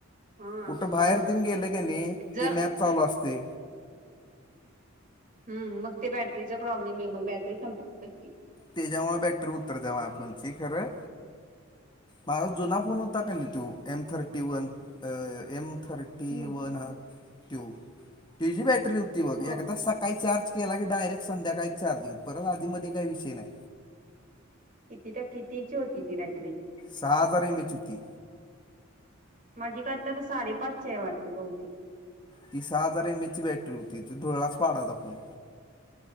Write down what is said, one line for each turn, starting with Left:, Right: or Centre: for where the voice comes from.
Right: हा
Left: कुठं
Right: मग
Left: बाहेर येऊन गेले की नाही
Right: जर
Left: ती मॅप चालू असते
Right: ह मग ते बॅटरीचा प्रॉब्लेम आहे मग बॅटरी संप
Left: ते जव्हा बॅटरी उत्तर जाव आपणची खरं माझा जुना फोन होता का नाही तो M thirty one M thirty
Right: हम्म
Left: वन ह ट्यू त बॅटरीती बघ
Right: हो.
Left: एकदा सकाळी चार्ज केला की डायरेक्ट संध्याकाळी चार्जिंग परत आधी मध्ये काही विषय नाही
Right: किती तर कितीची होती ती बॅटरी
Left: सहा हजार एमबीची होती
Right: माझी काय तर साडेपाच आहे वाटतं बहुतेक
Left: ती सहा हजार एम एच ची बॅटरी होती त ते धुळाच पाडायचा फोण